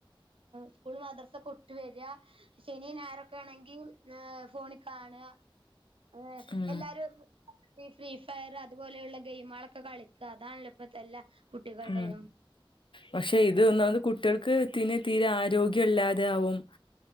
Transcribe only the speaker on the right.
സ്‌കൂളും മദ്രാസൊക്കെ വിട്ട് വെര ണ്ട ശനി ഞായറോക്കെണെങ്കി ഏ ഫോണി കാണ ഏ
എല്ലാരും ഈ ഫ്രീ ഫയർ അതുപോലെയുള്ള ഗെയ്മൊക്കെ കളിക്കാ അതാണെല്ലോ ഇപ്പത്തെ എല്ലാ കുട്ടികളുടെയും